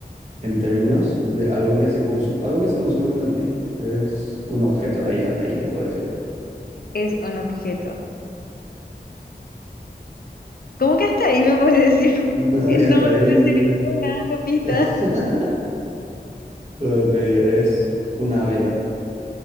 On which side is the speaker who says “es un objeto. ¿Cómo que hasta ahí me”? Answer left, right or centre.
Left